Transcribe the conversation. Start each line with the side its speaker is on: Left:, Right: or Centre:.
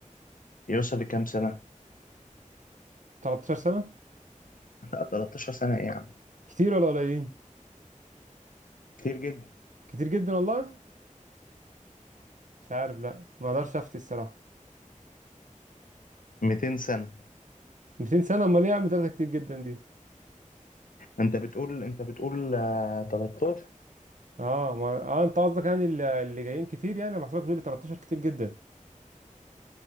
Left: يوصل لكام سنة؟
Right: 13 سنة
Left: لا 13 سنة ايه يا عم
Right: كتير ولا قليلين
Left: كتير جدا
Right: كتير جدا والله مش عارف لا ما اقدرش افتي الصراحة
Left: 200 سنة
Right: 200 سنة امال ايه يا عم 3 كتير جدا دي
Left: انت بتقول انت بتقول آه، 13
Right: اه ما... اه انت قصدك يعني ال- اللي جايين كتير يعني أنا بحسبك تقول لي 13 كتير جدا